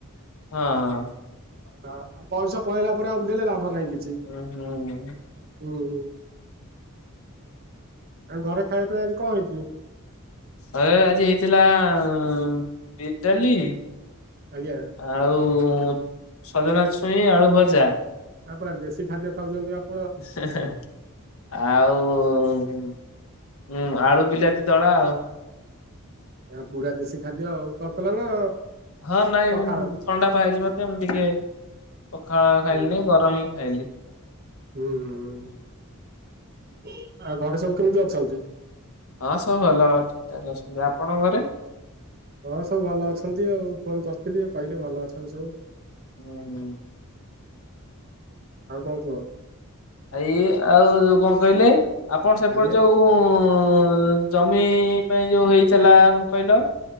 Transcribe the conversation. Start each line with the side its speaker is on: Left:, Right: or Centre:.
Left: ହଁ।
Right: ହଁ ବୟସ ପଳେଇଲା ପରେ ଆଉ ଦେଲେ ଲାଭ ନାହିଁ କିଛି
Left: ହୁଁ ହୁଁ।
Right: ହୁଁ ହୁଁ। ଆଉ ଘରେ ଖାୟା ପିଆ ଆଜି କଣ ହେଇଚି?
Left: ଘରେ ଆଜି ହେଇଥିଲା ବିରି ଡାଲି
Right: ଆଜ୍ଞା।
Left: ଆଉ ସଜନା ଛୁଇଁ ଆଳୁ ଭଜା।
Right: ଆ ପୁରା ଦେଶୀ ଖାଦ୍ୟ ଖାଉଚନ୍ତି ଆପ
Left: ହେଁ ହେଁ ଆଉ ଉଁ ଆଳୁ ବିଲାତି ଦଳା ଆଉ।
Right: ଏ ଆ ପୁରା ଦେଶୀ ଖାଦ୍ୟ ଆଉ ତତଲା ନା
Left: ହଁ ନାଇଁ
Right: ପଖାଳ
Left: ଥଣ୍ଡା ପା ହେଇଚି ମତେ ମୁଁ ଟିକେ ପଖାଳ ଖାଇଲିନି
Right: ହୁଁ
Left: ଗରମ ହିଁ ଖାଇଲି।
Right: ହୁଁ ହୁଁ ଆଉ ଘରେ ସବୁ କେମିତି ଅଛନ୍ତି?
Left: ହଁ ସବୁ ଭଲ ଠିକ୍ ଠାକ୍ ଅଛନ୍ତି ଆପଣଙ୍କ ଘରେ?
Right: ହଁ ସବୁ ଭଲ ଅଛନ୍ତି ଆଉ ଫୋନ କରିଥିଲି କହିଲେ ଭଲ ଅଛନ୍ତି ସବୁ।
Left: ହୁଁ।
Right: ଆଉ କଣ କୁହ?
Left: ଏଇ ଆଉ ଯୋଉ କଣ କହିଲେ, ଆପଣ ସେପଟେ
Right: ଆଜ୍ଞା
Left: ଯୋଉ ଓ ଜମି ପାଇଁ ଯୋଉ ହେଇଥିଲା କଣ କହିଲ